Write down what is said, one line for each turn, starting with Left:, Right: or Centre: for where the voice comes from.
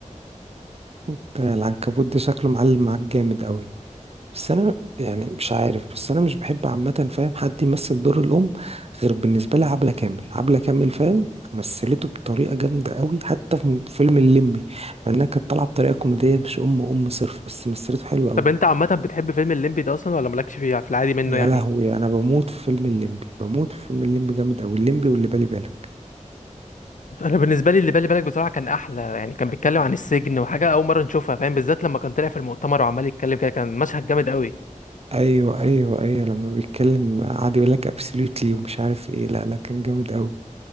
Right: انت العنكبوت ده شكله معلم معاك جامد قوي بس انا يعني مش عارف بس انا مش بحب عامه فاهم حد يمثل دور الام غير بالنسبه لي عبله كامل عبله كامل فاهم مثلته بطريقه جامده قوي حتى في فيلم الليمبي مع انها كانت طالعه بطريقه كوميديه مش ام ام صرف بس مثلته حلوه قوي
Left: طب انت عامه بتحب فيلم الليمبي ده اصلا ولا مالكش فيه في العادي منه
Right: يا
Left: يعني
Right: لهوي انا بموت في فيلم الليمبي بموت في فيلم الليمبي جامد قوي الليمبي واللي بالي بالك
Left: انا بالنسبه لي اللي بالي بالك بصراحه كان احلى يعني كان بيتكلم عن السجن وحاجه اول مره نشوفها فاهم بالذات لما كان طلع في المؤتمر وعمال يتكلم كده كان مشهد جامد قوي
Right: ايوه ايوه ايوه لما بيتكلم قعد يقول لك ابسوليوتلي ومش عارف ايه لا لا كان جامد قوي